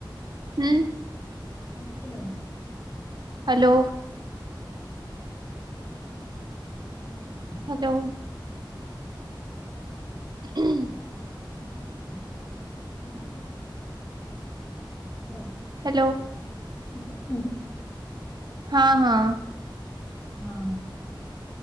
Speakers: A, on the right; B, on the left.
A: ହୁଁ।
B: ଚିକେନ୍‌ ଖାଇଲଣି।
A: ହାଲୋ।
B: ହୁଁ।
A: ହାଲୋ। ହୁଁ।
B: <inaudible> Hello
A: hello.
B: <inaudible>
A: ହଁ ହଁ।
B: ହଁ।